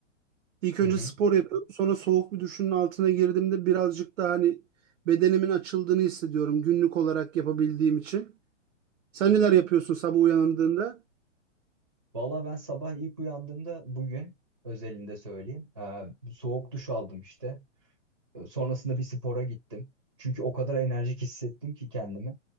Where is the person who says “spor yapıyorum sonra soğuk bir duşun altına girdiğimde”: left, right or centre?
Right